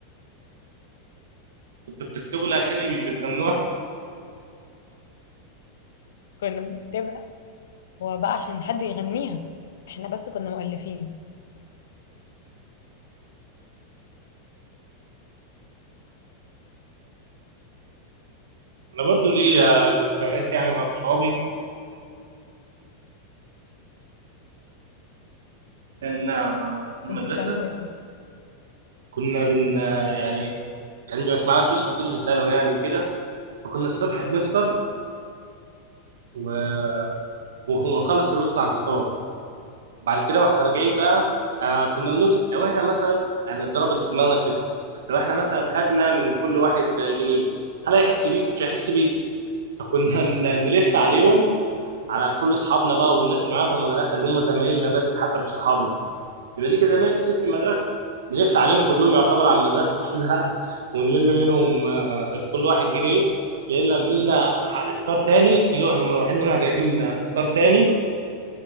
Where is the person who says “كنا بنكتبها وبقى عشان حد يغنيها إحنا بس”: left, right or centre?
Left